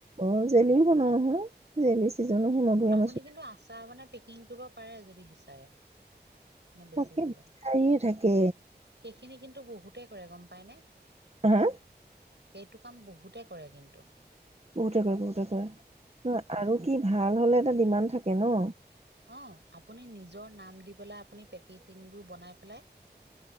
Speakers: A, on the right (about 35°); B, on the right (about 80°).
A: অ, জেলিও বনাও নহয় জেলি। চিজনো সেই মধুৰিআম
B: আপুনি
A: আছে
B: কিন্তু আচাৰ আ মোনাৰ। কিং কৰিব পাৰে যদি বিচাৰে। নে বেচি
A: তাকে
B: পলে
A: বিচাৰিয়ে থাকে
B: সেইখিনি কিন্তু বহুতে কৰে গম পায়নে। সেইটো
A: হা
B: কাম বহুতে কৰে কিন্তু।
A: বহুতে কৰে বহুতে কৰে, নহ আৰু কি ভাল হলে' এটা ডিমাণ্ড থাকে ন।
B: অ, আপুনি নিজৰ নাম দি পেলাই আপুনি পেকেজিংবোৰ বনাই পেলাই